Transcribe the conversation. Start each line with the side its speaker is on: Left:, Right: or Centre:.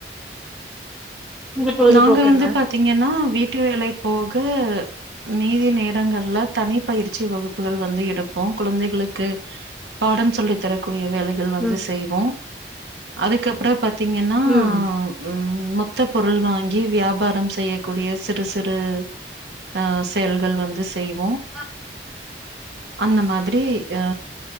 Centre: உங்க பொழுதுபோக்கு
Right: நாங்க வந்து
Centre: என்ன
Right: பாத்திங்கன்னா வீட்டு வேலை போக மீதி நேரங்கள்ல தனி பயிற்சி வகுப்புகள் வந்து எடுப்போ குழந்தைகளுக்கு பாடம் சொல்லி தரக்கூடிய வேலைகள் வந்து
Centre: ம்
Right: செய்வோ அதுக்கப்பற பாத்தீங்கன்னா
Centre: ம்
Right: ம் ம் மொத்த பொருள் வாங்கி வியாபாரம் செய்யக்கூடிய சிறு சிறு ஆ செயல்கள் வந்து செய்வோ
Centre: ஆ
Right: அந்த மாதிரி ஏ ஆ